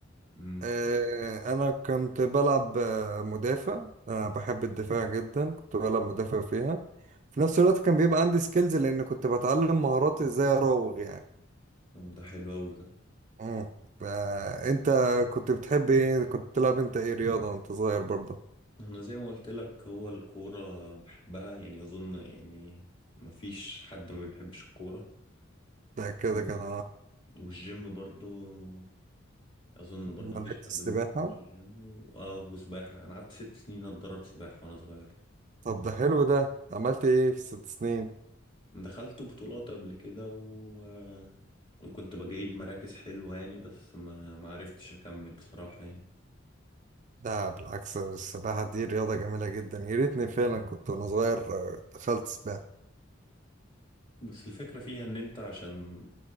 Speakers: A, on the left (about 25°); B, on the right (about 40°).
A: مم.
B: آه، انا كنت بلعب آه، مدافع انا بحب الدفاع جدا كنت بلعب مدافع فيها في نفس الوقت كان بيبقى عندي سكيلز لان كنت بتعلم مهارات ازاي اراوغ يعني
A: طب ده حلو قوي ده
B: امم انت كنت بتحب ايه كنت بتلعب انت ايه رياضه وانت صغير برضه
A: انا زي ما قلت لك هو الكورة بحبها يعني اظن يعني مفيش حد ما بيحبش الكورة
B: ده
A: و-
B: كده كده أنا
A: والجيم برضو اظن برضه
B: لعبت
A: مفيش حد
B: السباحه
A: ما بيحبش الجيم و... اه وسباحه انا قعدت ست سنين اتدرب سباحه وانا صغير
B: طب ده حلو ده عملت ايه في ست سنين
A: دخلت بطولات قبل كده و... آه، وكنت بجيب مراكز حلوه يعني بس ما ما عرفتش اكمل بصراحه يعني
B: لا بالعكس السباحة دي رياضة جميلة جدا يا ريتني فعلا كنت وأنا صغير آه، دخلت سباحة
A: بس الفكره فيها ان انت عشان